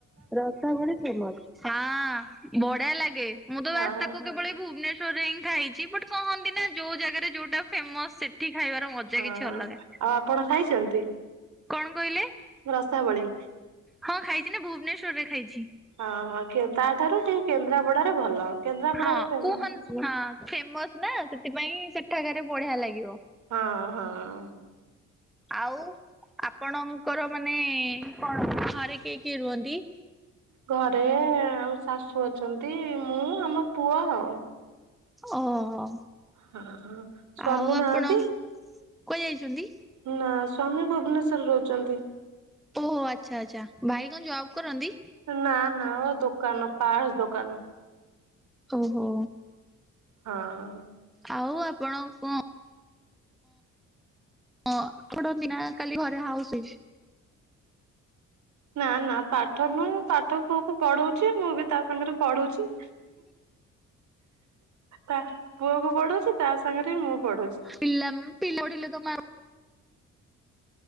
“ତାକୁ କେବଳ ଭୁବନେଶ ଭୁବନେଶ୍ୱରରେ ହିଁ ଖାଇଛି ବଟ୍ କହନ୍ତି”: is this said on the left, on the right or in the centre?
Centre